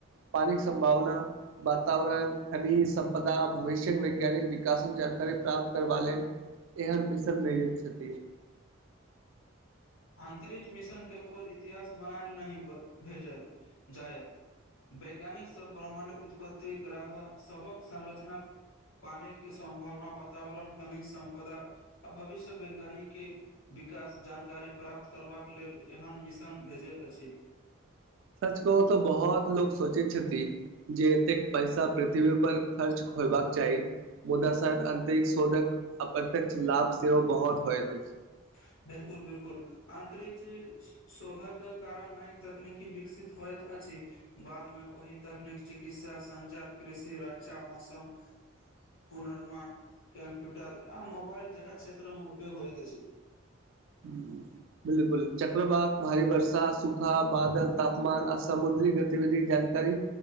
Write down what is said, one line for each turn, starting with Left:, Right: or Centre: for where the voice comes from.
Right: पानिक संभावना, वातावरण, खनिज संपदा, भविष्ययक वैज्ञानिक विकासक ज। री प्राप्त करबा लेले एहन मिशन नइ छथि।
Left: अंतरिक्ष मिशन केवल इतिहास बनायल नहि भेजल जायत। वैज्ञानिक सभ ब्रह्मण्ड उत्पत्ति, ग्रह सभक संरचना। पानि के संभावना वातावरण खनिज संपदा आ भविष्य वैज्ञानिक के। विकास जानकारी प्राप्त करबाक लेल, एहन मिशन भेजै अछि।
Right: सच कहू तऽ बहुत लोग सोचै छथि जे एतेक पैसा पृथ्वी पर खर्च। होयबाक चाही। मुदा शायद अंतरिक शोधक अप्रत्यक्ष लाभ सेहो बहुत होइयत अछि।
Left: <inaudible> बिल्कुल, बिल्कुल अंतरिक्ष शोधक कारण नई तकनीकी विकसित होइत अछि। बादमें ओहि तकनीक, चिकित्सा, संचार, कृषि, रक्षा, मौसम। पुनर्मण कम्प्यूटर आ मोबइल जेका क्षेत्रमें उपयोग होइत अछि।
Right: ह। बिल्कुल, चक्रवात, भारी वर्षा, सूखा, बादल, तापमान आ समुद्री गतिविधि ज।